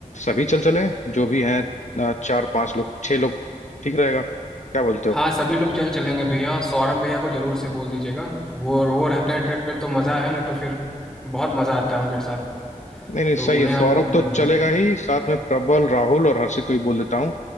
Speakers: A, on the left; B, in the centre.
A: सभी चल चले जो भी हैं अ, चार पांच लोग छह लोग ठीक रहेगा क्या बोलते हो
B: हाँ सभी लोग चल चलेंगे भैया सौरभ भैया को जरूर से बोल दीजिएगा वो वो रहते हैं ट्रिप पे तो मज़ा है नहीं तो फिर बहुत मज़ा आता है उनके साथ
A: नहीं नहीं सही
B: तो उन्हें
A: है सौरभ
B: आप बोल दीजिएगा
A: तो चलेगा ही साथ में प्रबल राहुल और हर्षित को भी बोल देता हूँ